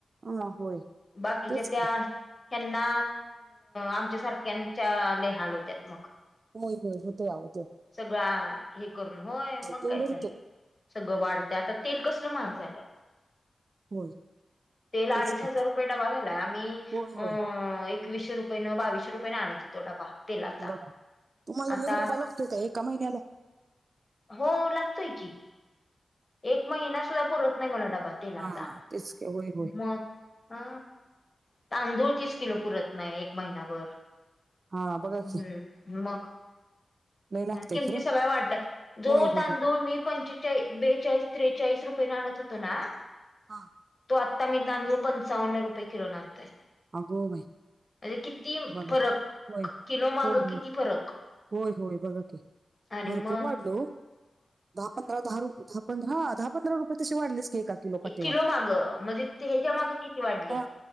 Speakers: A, on the right; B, on the left.
A: हा होय
B: बाकीच्या
A: तेच
B: त्या
A: की
B: ह्यांना, आमच्या सारख्यांच्या लई हाल होत्यात मग.
A: होय होय होतोया होतोय.
B: सगळा हे करून, होय मग
A: तेवढं
B: काय तर.
A: होतंय
B: सगळ वाढतय. आता तेल कसल महाग झालय.
A: होय
B: तेल
A: तेच
B: अडीच
A: की
B: हजार रुपये डबा झालाय. आम्ही
A: होय
B: अ
A: होय
B: एक एकवीसशे रुपयन, बावीशे रुपयेन आणत होतो डबा. तेलाचा
A: बघा, तुम्हाला
B: आता
A: एक डबा लागतोय का एका महिन्याला.
B: हो लागतोय की. एक महिना सुद्धा पुरत नाही मला डबा तेलाचा.
A: हा तेच की होय होय
B: मग ह, तांदूळ तीस किलो पुरत नाही एक महिनाभर.
A: हा बघा
B: हम्म
A: की
B: मग
A: लय लागतंय
B: किमती
A: खरं
B: सगळ्या वाढल्यात. जो
A: होय होय
B: तांदूळ मी पंचेचाळीस बे चाळीस, त्रेचाळीस रुपयाने आणत होतो ना.
A: हा
B: तो आत्ता मी तांदूळ पंचावन्न रुपये किलोने आणतोय.
A: अगो बाई
B: म्हणजे किती
A: बघा
B: फरक
A: होय
B: किलो माग
A: <unintelligible>
B: किती
A: होय
B: फरक
A: होय बघा की.
B: आणि
A: भरपूर
B: मग
A: वाढलय हो. दहा, पंधरा, दहा रुपये दहा पंधरा, दहा पधरा रुपये तशे वाढले की एका किलो
B: एक
A: पाठी.
B: किलो माग, म्हणजे ते ह्याच्या माग किती वाढले.
A: हा